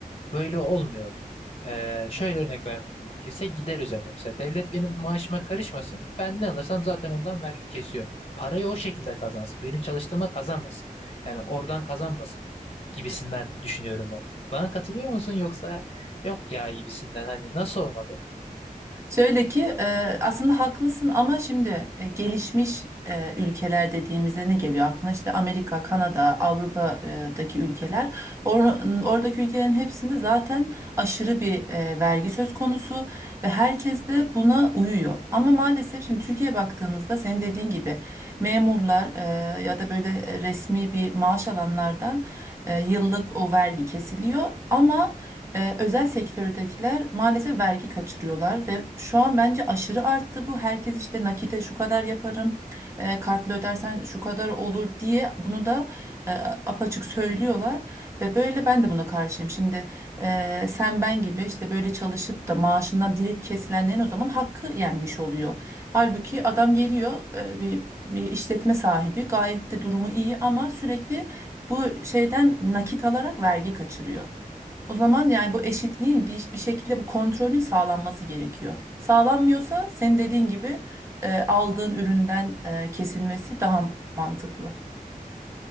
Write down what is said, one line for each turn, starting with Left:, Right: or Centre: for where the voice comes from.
Left: böyle olmuyor. Ee, şöyle örnek vermek gerekirse gider üzerine. Mesela devlet benim maaşıma karışmasın. Ben ne alırsam zaten ondan vergi kesiyor. Parayı o şekilde kazansın. Benim çalıştığıma kazanmasın. Yani oradan kazanmasın gibisinden düşünüyorum ben. Bana katılıyor musun yoksa yok ya gibisinden hani nasıl olmalı?
Right: Şöyle ki e, aslında haklısın ama şimdi e, gelişmiş e, ülkeler dediğimizde ne geliyor aklına? İşte Amerika, Kanada, Avrupa'daki ülkeler. Or- oradaki ülkelerin hepsinde zaten aşırı bir e, vergi söz konusu ve herkes de buna uyuyor. Ama maalesef şimdi Türkiye'ye baktığımızda senin dediğin gibi memurlar e, ya da böyle resmi bir maaş alanlardan e, yıllık o vergi kesiliyor ama ee, özel sektördekiler maalesef vergi kaçırıyorlar ve şu an bence aşırı arttı bu. Herkes işte nakite şu kadar yaparım, e, kartla ödersen şu kadar olur diye bunu da e, apaçık söylüyorlar. Ve böyle ben de buna karşıyım. Şimdi e, sen ben gibi işte böyle çalışıp da maaşından direkt kesilenlerin o zaman hakkı yenmiş oluyor. Halbuki adam geliyor e, bir, bir işletme sahibi gayet de durumu iyi ama sürekli bu şeyden nakit alarak vergi kaçırıyor. O zaman yani bu eşitliğin bir, bir şekilde bu kontrolün sağlanması gerekiyor. Sağlanmıyorsa senin dediğin gibi e, aldığın üründen e, kesilmesi daha mantıklı.